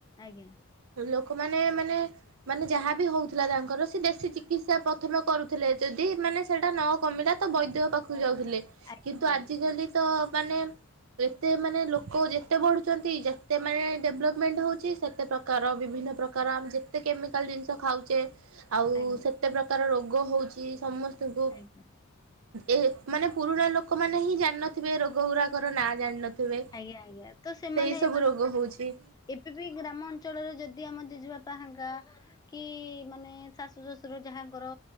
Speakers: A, on the left; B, on the right.
A: ଆଜ୍ଞା।
B: ଲୋକମାନେ ମାନେ ମାନେ ଯାହା ବି ହଉଥିଲା ତାଙ୍କର ସେ ଦେଶୀ ଚିକିତ୍ସା ପ୍ରଥମେ କରୁଥିଲେ ଯଦି ମାନେ ସେଟା ନ କମିଲା ତ ବୈଦ୍ୟ ପାଖକୁ ଯାଉଥିଲେ
A: ଆଜ୍ଞା
B: କିନ୍ତୁ
A: ଆଜ୍ଞା
B: ଆଜିକାଲି ତ ମାନେ ଏତେ ମାନେ ଲୋକ ଯେତେ ବଢୁଛନ୍ତି ଯେତେ ମାନେ ଡେଭଲବ ମେଣ୍ଟ ହଉ ଚି ସେତେ ପ୍ରକାର ବିଭିନ୍ନ ପ୍ରକାର ଆମେ ଯେତେ କେମିକାଲ ଜିନିଷ ଖାଉଛେ ଆଉ
A: ଆଜ୍ଞା
B: ସେ କେତେ ପ୍ରକାର ରୋଗ ହଉଚି ସମସ୍ତଙ୍କୁ
A: ଆଜ୍ଞା
B: ଏ ମାନେ ପୁରୁଣା ଲୋକ ମାନେ ହିଁ ଜାଣିନଥିବେ ଏ ରୋଗ ଗୁରାକର ନାଁ ଜାଣିନ ଥିବେ
A: ଆଜ୍ଞା ଆଜ୍ଞା ତ ସେମାନେ
B: ସେଇ ସବୁ ରୋଗ ହଉଛି।
A: ଏବେ ବି ଗ୍ରାମ ଅଞ୍ଚଳରେ ଯଦି ଆମ ଜେଜେ ବାପା ହାଙ୍କା କି ମାନେ ଶାଶୁ ଶଶୁର ଯାହାଙ୍କର